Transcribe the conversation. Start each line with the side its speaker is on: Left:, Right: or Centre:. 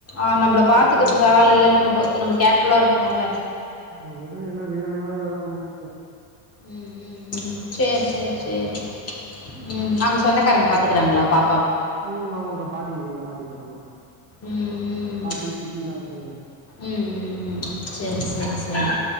Left: ஆ நம்ள பாத்துக்கிற்துக்கு
Right: சப்ளிமெண்டரி
Left: ஆள் இல்ல நம்ம ப நம்ம கேர் ஃபுல்லா இருக்கணுல்ல
Right: <unintelligible> வேணுன்னேவா யாரா போய் உழுவா
Left: ம் ம் ம் சேர்
Right: அது
Left: சேர்
Right: என்ன
Left: சேரி
Right: அவ்வளோ என்ன சொல்ல
Left: ம் அங்க சொந்தக்காரங்க பாத் துக்குறாங்களா பா
Right: ம் அவுங்க பாட்டி இருக்காங்க பாட்டி பாத்துக்குவாங்க
Left: ம்
Right: பாட்டி
Left: ம்
Right: சித்திலா இரு க்காங்க
Left: ம் ம் ம் சேர் சேரி சேரி